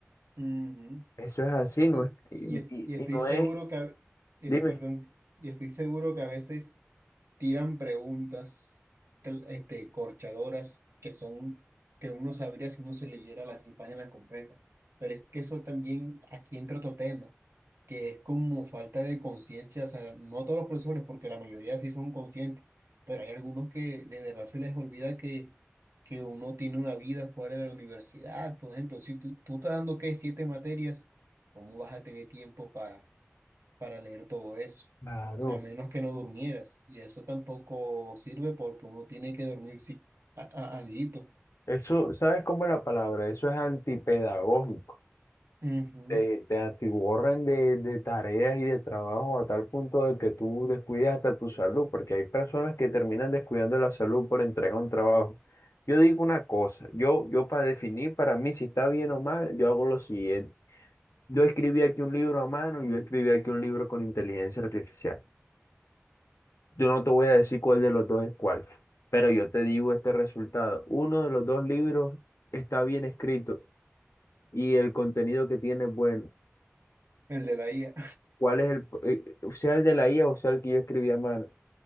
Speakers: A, on the right; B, on the left.
A: Ujú.
B: Eso es así,
A: Y,
B: no es, y,
A: y,
B: y-
A: y estoy
B: y no
A: seguro
B: es,
A: que, a- eh,
B: dime.
A: perdón, y estoy seguro que a veces... tiran preguntas cl- este, corchadoras que son que uno sabría si uno se leyera las cien páginas completas. Pero es que eso también aquí entra otro tema, que es como falta de conciencia. O sea, no todos los profesores, porque la mayoría sí son conscientes, pero hay algunos que de verdad se les olvida que, que uno tiene una vida fuera de la universidad. Por ejemplo, si tú, tú estás dando, ¿qué? Siete materias, ¿cómo vas a tener tiempo para para leer todo eso,
B: Claro.
A: a menos que no durmieras. Y eso tampoco sirve porque uno tiene que dormir sí, a, a- alguito.
B: Eso, ¿sabes cómo es la palabra? Eso es antipedagógico.
A: Ujú,
B: Te, te atiborran de, de tareas y de trabajo a tal punto de que tú descuidas hasta tu salud, porque hay personas que terminan descuidando la salud por entregar un trabajo. Yo digo una cosa, yo, yo para definir para mí si está bien o mal, yo hago lo siguiente. Yo escribí aquí un libro a mano y yo escribí aquí un libro con inteligencia artificial. Yo no te voy a decir cuál de los dos es cuál, pero yo te digo este resultado. Uno de los dos libros está bien escrito y el contenido que tiene es bueno.
A: El de la IA.
B: ¿Cuál es el, eh, sea el de la IA o sea el que yo escribía mal?